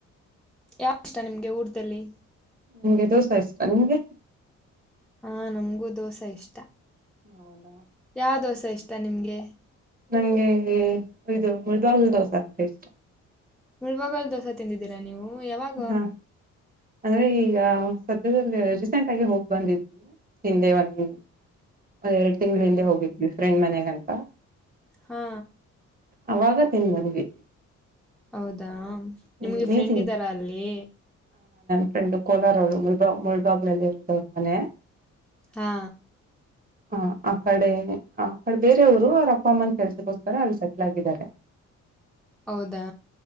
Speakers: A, in the centre; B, on the right.
A: ಯಾವ್ದ್ ಇಷ್ಟ ನಿಮ್ಗೆ ಊಟದಲ್ಲಿ.
B: ನಮ್ಗೆ ದೋಸ ಇಷ್ಟಾ ನಿಮ್ಗೆ.
A: ಹ ನಂಗೂ ದೋಸ ಇಷ್ಟ.
B: ಹೌದಾ.
A: ಯಾವ ದೋಸ ಇಷ್ಟ ನಿಮ್ಗೆ.
B: ನಂಗೆ ಇದು ಮುಳಬಾಗ್ಲ್ ದೋಸ ಅಂದ್ರೆ ಇಷ್ಟ.
A: ಮುಳ್ಬಗಲ್ ದೋಸೆ ತಿಂದಿದ್ದೀರಾ ನೀವು. ಹೂ ಯಾವಾಗ.
B: ಹಾ ಅಂದ್ರೆ ಈಗ ಸದ್ಯದಲ್ ರೀಸೆಂಟ್ ಆಗಿ ಹೋಗ್ ಬಂದಿದ್ವಿ ಹಿಂದೆ ಒಂದು. ಒಂದ ಎರಡ್ ತಿಂಗಳ ಹಿಂದ ಹೋಗಿದ್ವಿ ಫ್ರೆಂಡ್ ಮನೆಗ <unintelligible>
A: ಹಾ
B: ಅವಾಗ ತಿಂದ್ ಬಂದ್ವಿ
A: ಹೌದಾ ನಿಮ್ಗೆ
B: ಹ್ಮ್ ನೀವ್
A: ಫ್ರೆಂಡ್ ಇದ್ದಾರಾ ಅಲ್ಲಿ
B: ಫ್ರೆಂಡು ಕೋಲಾರ ಅವಳು ಮುಲ್ಬಾ ಮುಳ್ಬಾಗ್ಲಲ್ ಇರೋದವ್ರ್ ಮನೆ.
A: ಹಾ
B: ಹ ಆ ಕಡೆ ಆ ಕಡೆ ಬೇರೆಯವರು ಅವ್ರ ಅಪ್ಪ ಅಮ್ಮನ ಕೆಲ್ಸಗೋಸ್ಕರ ಅಲ್ಲಿ ಸೆಟ್ಲ್ ಆಗಿದ್ದಾರೆ.
A: ಹೌದಾ